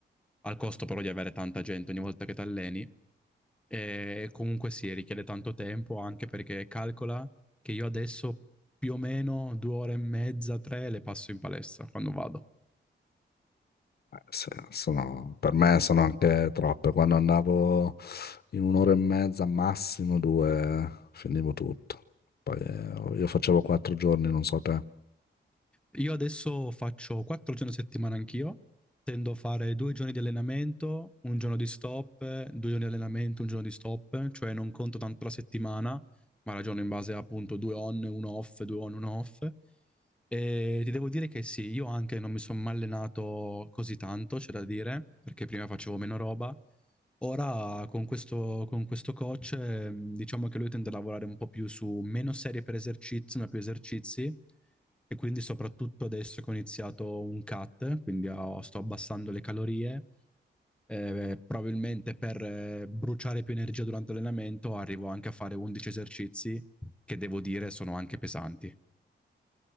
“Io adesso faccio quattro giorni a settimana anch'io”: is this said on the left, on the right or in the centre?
Centre